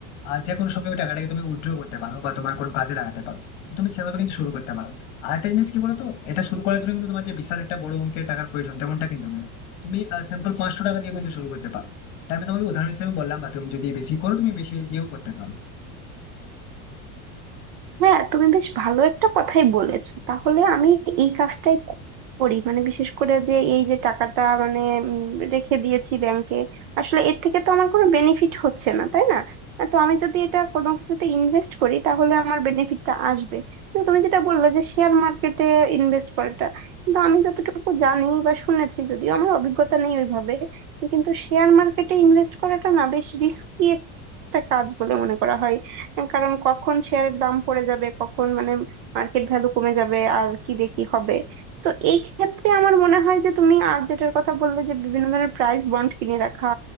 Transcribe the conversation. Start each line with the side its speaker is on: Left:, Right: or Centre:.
Left: আহ, যে কোনো সময় ওই টাকাটাকে তুমি উইথড্র করতে পারো বা তোমার কোনো কাজে লাগাতে পারো তুমি সেভাবে কিন্তু শুরু করতে পারো আর একটা জিনিস কি বলতো এটা শুরু করার জন্য কিন্তু তোমার যে বিশাল একটা বড় অঙ্কের টাকার প্রয়োজন তেমনটা কিন্তু না তুমি স্যাম্পল পাঁচশো টাকা দিয়ে কিন্তু শুরু করতে পারো এটা আমি তোমাকে উদাহরণ হিসেবে বললাম বা তুমি যদি বেশি করো তুমি বেশি দিয়েও করতে পারো
Right: হ্যাঁ তুমি বেশ ভালো একটা কথাই বলেছো তাহলে আমি এই কাজটাই করি মানে বিশেষ করে যে এই যে টাকাটা মানে উম, রেখে দিয়েছি ব্যাংকে আসলে এর থেকে তো আমার কোনো বেনিফিট হচ্ছে না তাই না আহ, তো আমি যদি এটা কোনো কিছুতে ইনভেস্ট করি তাহলে আমার বেনিফিটটা আসবে কিন্তু তুমি যেটা বললে যে শেয়ার মার্কেটে ইনভেস্ট করাটা কিন্তু আমি যতটুকু জানি বা শুনেছি যদিও আমার অভিজ্ঞতা নেই ওইভাবে কিন্তু শেয়ার মার্কেটে ইনভেস্ট করাটা না বেশ রিস্কি একটা কাজ বলে মনে করা হয় কারণ কখন শেয়ারের দাম পড়ে যাবে কখন মানে মার্কেট ভ্যালু কমে যাবে আর কি দেখি হবে তো এই ক্ষেত্রে আমার মনে হয় যে তুমি আর যেটার কথা বললে যে বিভিন্ন ধরনের প্রাইস বন্ড কিনে রাখা